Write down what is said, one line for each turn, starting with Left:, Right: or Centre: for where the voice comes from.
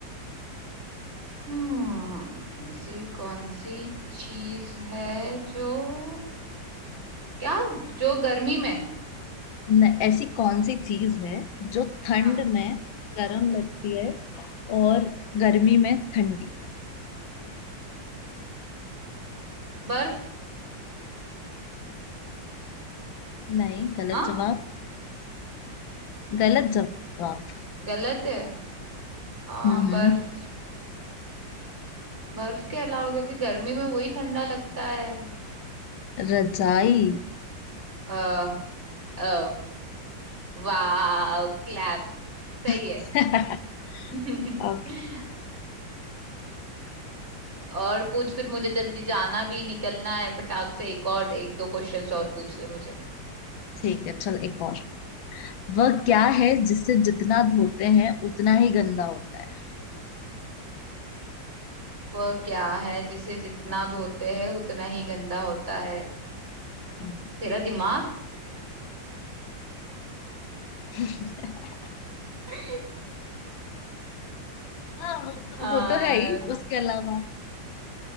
Right: हम्म ऐसी कौन सी चीज है जो क्या जो गर्मी में
Left: है न, ऐसी कौन सी चीज है जो ठंड
Right: हाँ
Left: में गर्म लगती है और गर्मी में ठंडी
Right: बर्फ
Left: नहीं गलत
Right: हाँ
Left: जवाब गलत जवाब
Right: गलत है आ,
Left: हम्म
Right: बर्फ
Left: हम्म,
Right: बर्फ के अलावा क्योंकि गर्मी में वही ठंडा लगता है
Left: रजाई
Right: आ, आ, वाह क्लैप्स सही
Left: <laughs>
Right: है <laughs>
Left: ओके
Right: और पूछ फिर मुझे जल्दी जाना भी निकलना है फटाक से एक और एक दो क्वेश्चंस और पूछ ले मुझे
Left: ठीक है चल एक और वह क्या है जिसे जितना धोते हैं उतना ही गंदा होता है
Right: वह क्या है जिसे जितना धोते हैं उतना ही गंदा होता है
Left: हम्म।
Right: तेरा दिमाग
Left: <laughs>
Right: <laughs>
Left: हाँ वो तो
Right: आ,
Left: वो तो है ही उसके अलावा